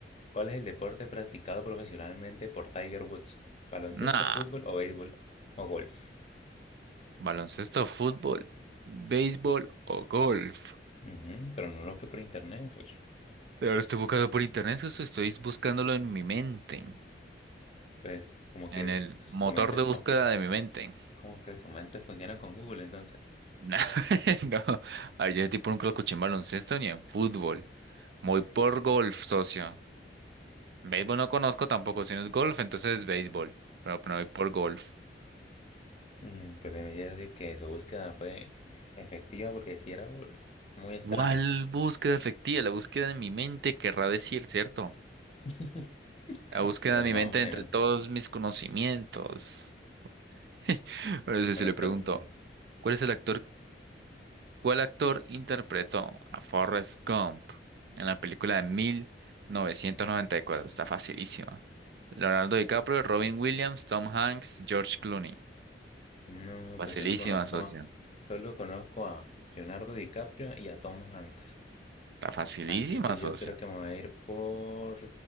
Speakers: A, on the left; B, on the right.
A: ¿Cuál es el deporte practicado profesionalmente por Tiger Woods? ¿Baloncesto,
B: Nah,
A: fútbol o béisbol o golf?
B: baloncesto, fútbol, béisbol o golf.
A: Ujú, pero no lo que por internet, socio.
B: Pero lo estoy buscando por internet, socio, estoy buscándolo en mi mente,
A: Pues como
B: en
A: que
B: el
A: su
B: motor
A: mente
B: de
A: fue
B: búsqueda de mi mente.
A: Como que su mente funciona con Google, entonces.
B: Nah, <laughs> no, ay, yo ese tipo nunca lo escuché en baloncesto ni en fútbol. Voy por golf, socio. Béisbol no conozco tampoco, si no es golf, entonces es béisbol. Pero, pero voy por golf.
A: Mm, pues debería decir que su búsqueda fue efectiva porque si era golf. Muy extraño.
B: ¿Cuál búsqueda efectiva? La búsqueda de mi mente querrá decir, ¿cierto?
A: <laughs>
B: La búsqueda
A: Pues
B: de mi
A: más
B: mente
A: o menos.
B: entre todos mis conocimientos. <laughs> Pero eso
A: Bueno,
B: sí le
A: pregunten.
B: pregunto, ¿cuál es el actor, cuál actor interpretó a Forrest Gump en la película de mil novecientos noventa y cuatro? Está facilísima. Leonardo DiCaprio, Robin Williams, Tom Hanks, George Clooney.
A: No,
B: Facilísima,
A: pues solo conozco
B: socio.
A: a, solo conozco a Leonardo DiCaprio y a Tom Hanks.
B: Está facilísima,
A: Así que
B: socio.
A: yo creo que me voy a ir por